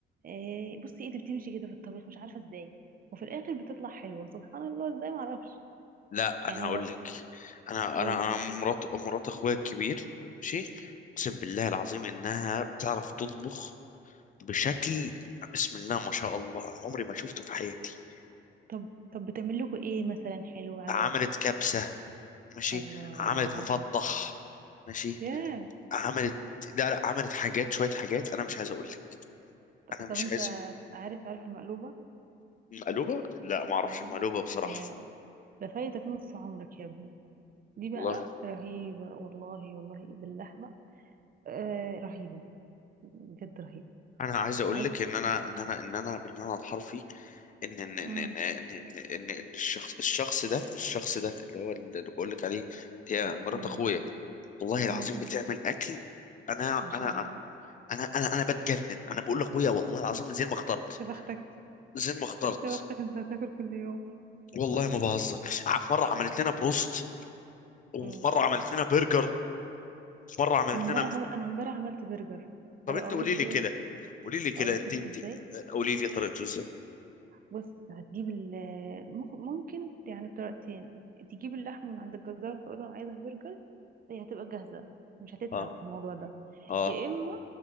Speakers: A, on the right; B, on the left.
A: آه بصي ايدي بتمشي كده في الطبيخ مش عارفة ازاي وفي الاخر بتطلع حلوة سبحان الله ازاي معرفش
B: لا
A: يعني
B: انا هقول
A: لو
B: لك انا
A: قول
B: انا انا مرات مرات اخويا الكبير ماشي اقسم بالله العظيم انها بتعرف تطبخ بشكل بسم الله ما شاء الله انا عمري ما شفته في حياتي
A: طب طب بتعمل لكم ايه مثلا حلو عجبك
B: عملت كبسة ماشي
A: الله
B: عملت مفطح ماشي
A: ياه
B: عملت لا لا عملت حاجات شوية حاجات انا مش عايز اقول لك
A: ط-
B: انا مش
A: طب انت
B: عايز
A: عارف عارف المقلوبة
B: مقلوبة لا ما اعرفش
A: اه
B: المقلوبة بصراحة
A: يا ده فايتك نص عمرك يا ابني دي بقى
B: والله
A: رهيبة والله والله باللحمة آه رهيبة بجد رهيبة
B: انا عايز اقول
A: عايزة
B: لك ان انا ان انا ان انا بالمعنى الحرفي ان ان ان
A: امم
B: ان ان, إن, إن, إن الشخص الشخص ده الشخص ده اللي هو اللي بقول لك عليه يا مرات
A: امم
B: اخويا والله العظيم
A: امم
B: بتعمل اكل انا
A: ما شاء
B: انا
A: الله
B: انا انا انا بتجنن انا بقول لاخويا والله العظيم من زين ما اخترت
A: يا بختك
B: زين ما اخترت
A: يا بختك انت بتاكل كل يوم
B: والله ما بهزر ع- في مره عملت لنا بروست وفي
A: امم
B: مره عملت لنا برجر وفي مره عملت
A: انا امبارح
B: لنا
A: عمل... انا امبارح عملت برجر
B: طب
A: اقول
B: انت قولي
A: لك
B: لي
A: طريقه
B: كده قولي لي كده
A: اقول لك
B: انت
A: طريقه
B: انت
A: ازاي
B: قولي لي طريقته ازاي
A: بص هتجيب ال... مخ- ممكن يعني بطريقتين تجيب اللحمه من عند الجزار تقول له انا عايزها برجر هي هتبقى جاهزه مش هتتعب
B: اه
A: في الموضوع ده
B: اه
A: يا اما